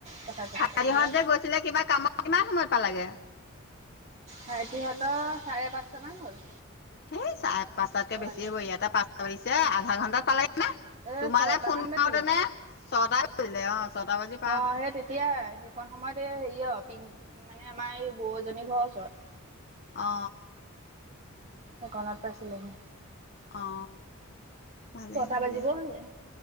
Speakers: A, on the right; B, on the left.
A: কথা চথা
B: সাঁৰিহঁতে
A: পাতিলে
B: যে গৈছিলে কিবা কামত কিমান সময় পালেগে?
A: ভাইটিহঁতৰ চাৰে পাঁচটামান হ'ল।
B: এই চাৰে পাঁচতাতকে
A: শুৱালে
B: বেছি হব। ইয়াতে পাছ পিছে আধা ঘণ্টাত পালাগে নে?
A: এ
B: তোমালে
A: ছটামান
B: ফোন
A: বাজিলেগে
B: মাৰোতেনে ছয়টা বাজিলে অ ছটা বাজি। পাৰ
A: অ
B: হ'ল
A: সেই তেতিয়াই। অকণ সময়ত এই হেৰি অ পিংক মানে আমাৰ এই বৌজনী ঘৰৰ ওচৰত।
B: অ অ।
A: সেইকণত পাইছিলেহি।
B: অ ভালেই
A: ছটা
B: হ'ল
A: বাজিব
B: দিয়া।
A: হ'লে